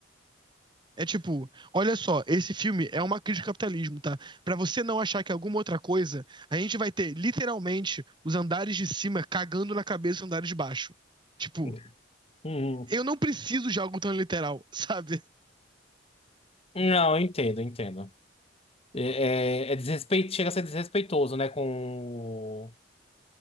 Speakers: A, on the right; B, on the left.
A: É tipo, olha só, esse filme é uma crítica ao capitalismo, tá? Pra você não achar que é alguma outra coisa, a gente vai ter literalmente os andares de cima cagando na cabeça dos andares de baixo. Tipo,
B: <laughs> Uhum.
A: eu não preciso de algo tão literal, <laughs> sabe?
B: Não, eu entendo, eu entendo. É, é, é desrespeito, chega a ser desrespeitoso, né, com, o-